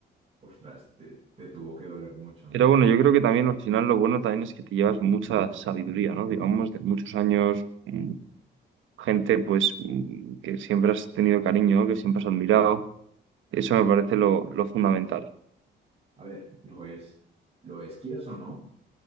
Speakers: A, on the right; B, on the right.
A: Ostras, te, te tuvo que doler mucho, ¿no?
B: Pero bueno, yo creo que también al final lo bueno también es que te llevas mucha sabiduría, ¿no? Digamos, de muchos años, mm, gente pues mm, que siempre has tenido cariño, que siempre has admirado. Eso me parece lo, lo fundamental.
A: A ver, lo es, lo es, quieras o no.